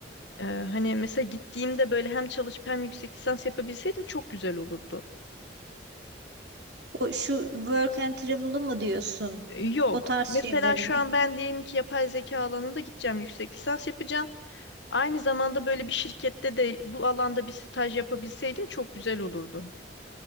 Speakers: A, on the left (about 70°); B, on the right (about 65°).
A: E, hani mesela gittiğimde böyle hem çalışıp hem yüksek lisans yapabilseydim çok güzel olurdu.
B: O şu work and travel'ı mı diyorsun?
A: E, yok.
B: O tarz
A: Mesela
B: şeyleri
A: şu
B: mi?
A: an ben diyelim ki yapay zeka alanında gideceğim, yüksek lisans yapacağım. Aynı zamanda böyle bir şirkette de bu alanda bir staj yapabilseydim çok güzel olurdu.